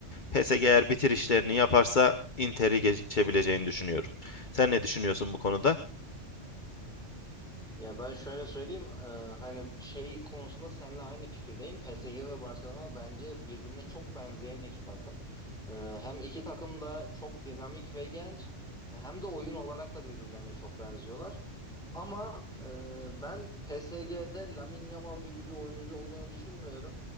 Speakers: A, on the left; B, in the centre.
A: PSG eğer bitirişlerini
B: Hı hı.
A: yaparsa Inter'i geçebileceğini düşünüyorum. Sen ne düşünüyorsun bu konuda?
B: Ya ben şöyle söyleyeyim, e, hani şey konusunda seninle aynı fikirdeyim. PSG ve Barcelona bence birbirine çok benzeyen iki takım. E, hem iki takım da çok dinamik ve genç, hem de oyun olarak da birbirlerine çok benziyorlar. Ama e, ben PSG'de Lamine Yamal gibi bir oyuncu olduğunu düşünmüyorum.